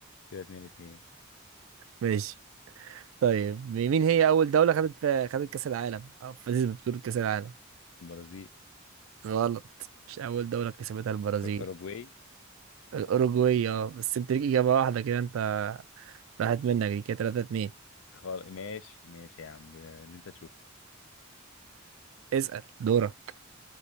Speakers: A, on the left (about 65°); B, on the right (about 75°).
A: كده 2 2
B: ماشي طيب مين هي أول دولة خدت خدت كأس العالم أو فازت ببطولة كأس العالم
A: البرازيل
B: غلط مش أول دولة كسبتها البرازيل
A: ر- اوروجواي
B: الأوروجواي اه بس أنت ليك إجابة واحدة كده أنت راحت منك دي كده 3 2
A: خال... ماشي ماشي يا عم آه، اللي انت تشوفه
B: اسأل دورك